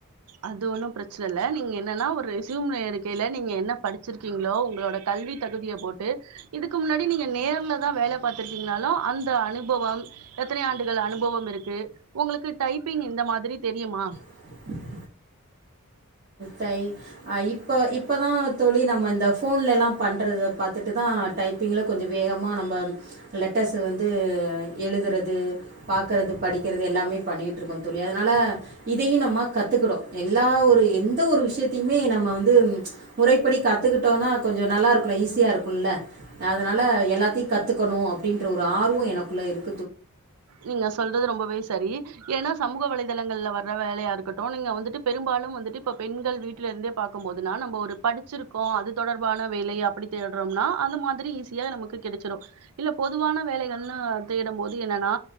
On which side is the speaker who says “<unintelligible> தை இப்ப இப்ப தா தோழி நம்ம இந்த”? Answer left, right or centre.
Right